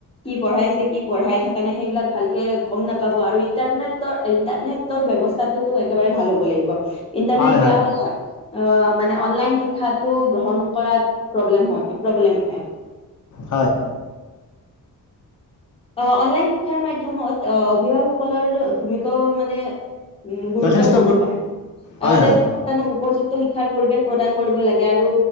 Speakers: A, on the left; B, on the left.
A: কি পঢ়াইছে কি পঢ়াই থকা নে সেইবিলাক ভালকে গম নাপাব আৰু ইণ্টাৰনেটৰ ইণ্টাৰনেটৰ ব্যৱস্থাটোতো একেবাৰে ভাল হ'ব লাগিব ইণ্টাৰনেট
B: হয় হয়
A: বেয়া হ'লে অ মানে অনলাইন শি শিক্ষাটো গ্ৰহণ কৰাত প্ৰব্লেম হয় প্ৰব্লেম আহে
B: হয়
A: অ অনলাইন শিক্ষাৰ মাধ্যমত অভিভাৱকসকলৰ ভূমিকাও মানে উম গুৰুত্বপূৰ্ণ
B: যথেষ্ট
A: হয়
B: হয়
A: আহ তেওঁলোকে
B: হয়
A: উপযুক্ত শিক্ষাৰ পৰিৱেশ প্ৰদান কৰিব লাগে আৰু